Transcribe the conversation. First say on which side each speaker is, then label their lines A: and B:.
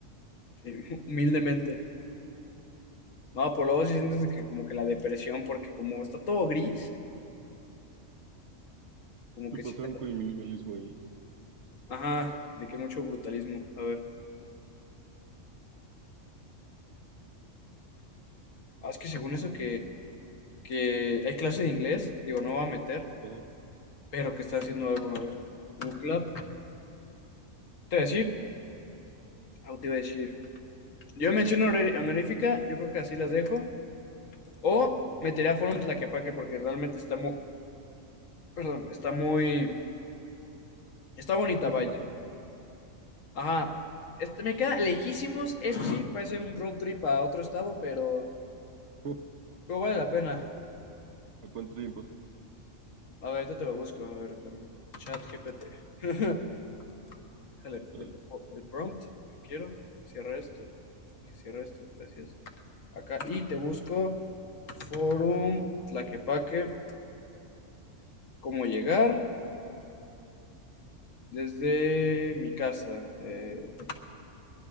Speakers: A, on the left; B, on the right.
A: Sí, <laughs> humildemente. No, por luego sí sientes de que como que la depresión, porque como está todo gris, como
B: Se
A: que
B: pasaron
A: sí te...
B: con el minimalismo ahí.
A: Ajá, de que mucho brutalismo. A ver. Ah, es que según eso que, que hay clase de inglés, digo, no va a meter,
B: Ajá.
A: pero que está haciendo algo, a ver. Book Club. Te voy a decir, ah, te iba a decir. Yo menciono honor- honorífica, yo creo que así las dejo. O metería Forum Tlaquepaque porque realmente está muy, perdón, está muy, está bonita,
B: Muy
A: vaya.
B: completo.
A: Ajá. Este, me queda lejísimos, eso sí, parece un road trip a otro estado, pero,
B: Uh,
A: pero vale la pena.
B: ¿a cuánto tiempo?
A: A ver, ahorita te lo busco, a ver, espérame. Chat GPT. <laughs> Déjale,
B: Tal.
A: le pongo el prompt que quiero. Cierra esto. Cierra esto. Gracias. Acá. Y te busco Forum Tlaquepaque. Cómo llegar desde mi casa. Eh,